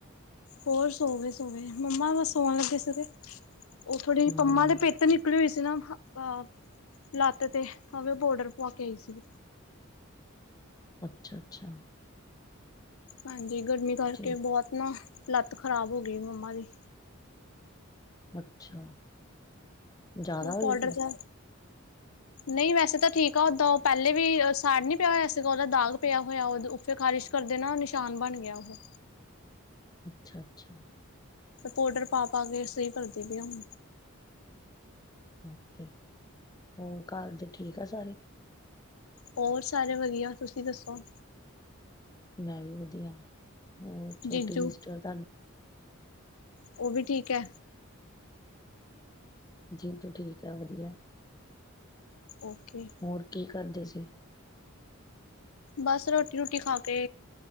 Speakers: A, on the left (about 80°); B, on the left (about 20°).
A: ਹੋਰ ਸੋ ਗ ਸੋ ਗ ਮੰਮਾ ਬਸ ਸੋਣ ਲੱਗੇ ਸੀਗੇ ਉਹ ਥੋੜੇ
B: ਹੂੰ।
A: ਜ ਪੰਮਾ ਦੇ ਪੇਤ ਨੀ ਨਕਲੀ ਹੋਈ ਸੀ ਨਾ ਅ ਲੱਤ ਤੇ ਭਾਵੇਂ ਉਹ ਬੋਰਡਰ ਪਾ ਕੇ ਆਈ ਸੀਗੀ
B: ਅੱਛਾ-ਅੱਛਾ
A: ਹਾਂਜੀ ਗਰਮੀ ਕਰਕੇ
B: ਠੀਕ
A: ਬਹੁਤ ਨਾ ਲੱਤ ਖ਼ਰਾਬ ਹੋ ਗਈ ਮੰਮਾ ਦੀ
B: ਅੱਛਾ ਜ਼ਿਆਦਾ
A: ਉਹ
B: ਹੋਈ
A: ਪਾੋਊਡਰ ਦਾ
B: <inaudible>
A: ਨਹੀਂ ਵੈਸੇ ਤਾਂ ਠੀਕ ਆ ਓਦਾਂ ਉਹ ਪਹਿਲੇ ਵੀ ਸਾੜ ਨੀ ਪਿਆ ਹੋਇਆ ਵੈਸੇ ਉਹਦਾ ਦਾਗ ਪਿਆ ਹੋਇਆ ਫਿਰ ਖ਼ਾਰਿਸ਼ ਕਰਦੇ ਨਾ ਨਿਸ਼ਾਨ ਬਣ ਗਿਆ ਉਹ
B: ਅੱਛਾ-ਅੱਛਾ
A: ਪਾਊਡਰ ਪਾ- ਪਾ ਕੇ ਸਹੀ ਕਰਦੀ ਪਈ ਹੁਣ।
B: ਓਕੇ ਹੋਰ ਘਰ ਦੇ ਠੀਕ ਆ ਸਾਰੇ?
A: ਹੋਰ ਸਾਰੇ ਵਧੀਆ! ਤੁਸੀਂ ਦੱਸੋ?
B: ਮੈਂ ਵੀ ਵਧੀਆ ਹੋਰ ਛੋਟੀ
A: ਜੀਜੂ
B: ਸਿਸਟਰ ਤੁਹਾਡੀ
A: ਉਹ ਵੀ ਠੀਕ ਏ
B: ਜੀ ਤੂੰ ਠੀਕ ਆ ਵਧੀਆ।
A: ਓਕੇ
B: ਹੋਰ ਕੀ ਕਰਦੇ ਸੀ?
A: ਬਸ ਰੋਟੀ- ਰੂਟੀ ਖਾ ਕੇ